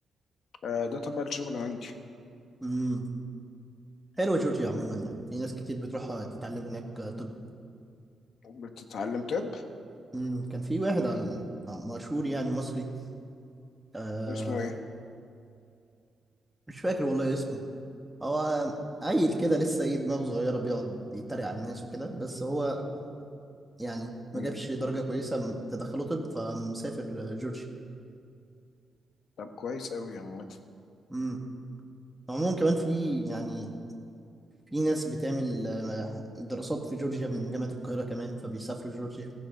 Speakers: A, on the left; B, in the centre.
A: آه ده طبعا الشغل عندي
B: امم حلوة جورجيا عموما يعني في ناس كتير بتروحها تتعلم هناك آه، طب
A: بتتعلم طب
B: امم كان في واحد على مشهور يعني مصري آه،
A: اسمه إيه؟
B: مش فاكر والله اسمه هو عيل كده لسه ايه دماغه صغيرة بيقعد يتريق على الناس وكده بس هو يعني
A: مم،
B: ما جابش درجة كويسة م- تدخله طب فمسافر جورجيا
A: طب كويس أوي يا عمت
B: امم عموما كمان في يعني في ناس بتعمل آه، دراسات في جورجيا من جامعة القاهرة كمان فبيسافروا جورجيا